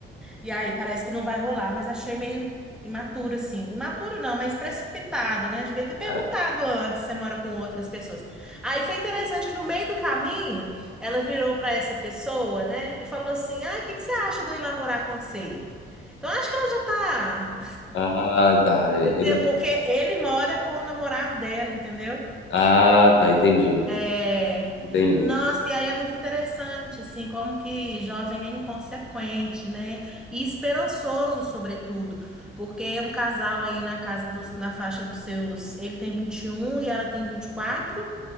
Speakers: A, in the centre; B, on the left.
A: E aí parece que não vai rolar, mas achei meio imaturo, assim. Imaturo não, mas precipitado, né? Devia ter perguntado
B: Ah.
A: antes se você mora com outras pessoas. Aí foi interessante que no meio do caminho, ela virou para essa pessoa, né? E falou assim: Ah, o que que você acha de eu ir lá morar com você? Então acho que ela já tá.
B: Ah, tá. e-
A: Entendeu?
B: Ele...
A: Porque ele mora com o namorado dela, entendeu?
B: Ah, tá. Entendi.
A: É,
B: Entendi.
A: nossa, e aí é muito interessante, assim, como que jovem é inconsequente, né? E esperançoso, sobretudo, porque é um casal aí na casa dos, na faixa dos seus, ele tem vinte e um e ela tem vinte e quatro